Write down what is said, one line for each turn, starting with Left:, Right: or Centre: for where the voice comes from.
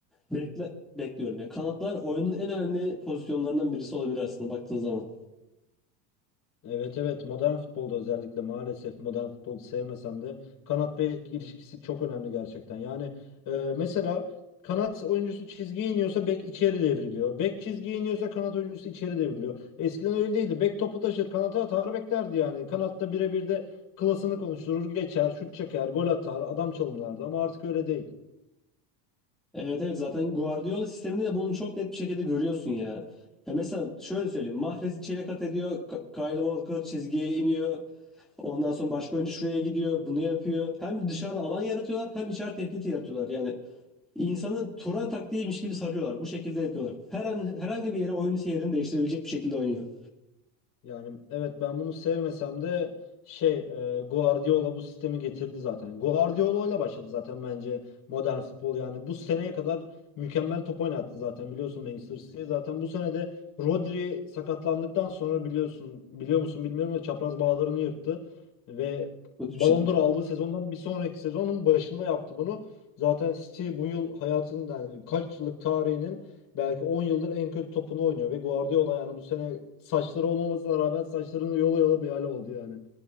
Centre: bekle, bekliyorum. Yani kanatlar oyunun en önemli pozisyonlarından birisi olabilir aslında baktığın zaman.
Left: Evet evet modern futbolda özellikle maalesef modern futbolu sevmesem de kanat bek ilişkisi çok önemli gerçekten. Yani e, mesela kanat oyuncusu çizgiye iniyorsa bek içeri devriliyor. Bek çizgiye iniyorsa kanat oyuncusu içeri devriliyor. Eskiden öyle değildi. Bek topu taşır, kanata atar beklerdi yani. Kanatta birebir de klasını konuşturur, geçer, şut çeker, gol atar, adam çalımlardı ama artık öyle değil.
Centre: Evet evet zaten Guardiola sisteminde de bunu çok net bir şekilde görüyorsun ya. Ya mesela şöyle söyleyeyim. Mahrez içeri kat ediyor. Ka- Kyle Walker çizgiye iniyor. Ondan sonra başka oyuncu şuraya gidiyor. Bunu yapıyor. Hem dışarıda alan yaratıyorlar hem içeride tehdit yaratıyorlar. Yani insanı Turan taktiğiymiş gibi sarıyorlar. Bu şekilde yapıyorlar. Her an herhangi bir yere oyun seyrini değiştirebilecek bir şekilde oynuyor.
Left: Yani evet ben bunu sevmesem de şey e, Guardiola bu sistemi getirdi zaten. Guardiola ile başladı zaten bence modern futbol yani bu seneye kadar mükemmel top oynattı zaten biliyorsun Manchester City. Zaten bu sene de Rodri sakatlandıktan sonra biliyorsun biliyor musun bilmiyorum da çapraz bağlarını yırttı ve
Centre: Bu tip
Left: Ballon
Centre: şey.
Left: d'Or aldığı sezondan bir sonraki sezonun başında yaptı bunu. Zaten City bu yıl hayatın yani kaç yıllık tarihinin Belki 10 yıldır en kötü topunu oynuyor ve Guardiola yani bu sene saçları olmamasına rağmen saçlarını yola yola bir hale oldu yani.